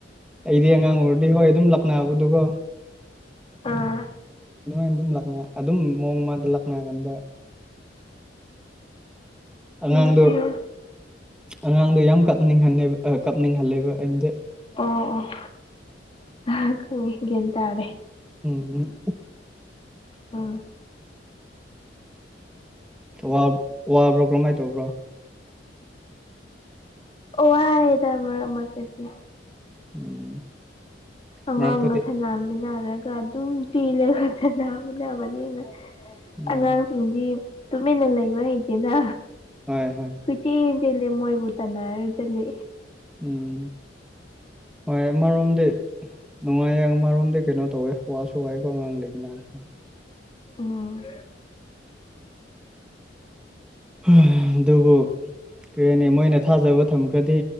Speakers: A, in the centre; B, on the left.
A: ꯑꯩꯗꯤ ꯑꯉꯥꯡ ꯑꯣꯏꯔꯗꯤ ꯍꯣꯏ ꯑꯗꯨꯝ ꯂꯥꯛꯅꯕꯗꯨꯒꫭ
B: ꯑꯥ
A: ꯑꯗꯨꯃꯥꯏꯅ ꯑꯗꯨꯝ ꯂꯥꯛꯅ ꯑꯗꯨꯝ ꯃꯣꯡꯃꯗꯥ ꯂꯥꯛꯅꯒꯟꯕ ꯑꯉꯥꯡꯗꯣ
B: ꯂꯛꯅꯧ
A: ꯑꯉꯥꯡꯗꯣ ꯌꯥꯝ ꯀꯞꯅꯤꯡꯍꯜꯅꯦꯕ ꯀꯞꯅꯤꯡꯍꯜꯂꯦꯕ ꯑꯦꯟꯗꯦ
B: ꯑꯣ ꯑꯣ ꯑ ꯈꯪꯉꯦ ꯒꯤꯌꯥꯟ ꯇꯥꯔꯦ꯫
A: ꯎꯝ꯫
B: ꯎꯝ꯫
A: ꯋꯥ ꯋꯥꯕ꯭ꯔꯣ ꯀꯔꯝꯃꯥꯏ ꯇꯧꯕ꯭ꯔꯥ
B: ꯑꫭ ꯋꯥꯏꯗ ꯃꯔꯛ ꯃꯔꯛ ꯇꯥꯗꯤ꯫
A: ꯎꯝ꯫
B: ꯑꯉꯥꯡꯒ
A: ꯃꯔꯛꯇꯗꯤ
B: ꯁꯥꯟꯅꯃꯤꯟꯅꯔꯒ ꯑꯗꯨꯝ ꯆꯦꯜꯂꯒ ꯁꯥꯟꯅꯃꯤꯟꯅꯕꯅꯤꯅ
A: ꯎꯝ
B: ꯑꯉꯥꯡꯁꯤꯡꯗꯤ ꯇꯨꯃꯤꯟꯅ ꯂꯩꯕ ꯍꯩꯇꯦꯅ
A: ꯍꯣꯏ ꯍꯣꯏ
B: ꯀꯨꯏ ꯆꯦꯟ ꯆꯦꯜꯂꯦ ꯃꯣꯏꯕꯨ ꯇꯥꯟꯅꯔ ꯆꯠꯂꯦ
A: ꯎꯝ ꯍꯣꯏ ꯑꯃꯔꯣꯝꯗꯤ ꯅꯨꯡꯉꯥꯏꯌꯦ ꯑꯃꯔꯣꯝꯗꯤ ꯀꯩꯅꯣ ꯇꯧꯋꯦ ꯋꯥꯁꯨ ꯋꯥꯏꯦꯀꯣ ꯑꯉꯥꯡ ꯂꯩꯃꯤꯟꯅꯕꯁꯦ꯫
B: ꯎꯝ꯫
A: ꯑꯗꯨꯕꯨ ꯀ꯭ꯩꯔꯦꯅꯦ ꯃꯣꯏꯅ ꯊꯥꯖꯕ ꯊꯝꯈ꯭ꯔꯗꯤ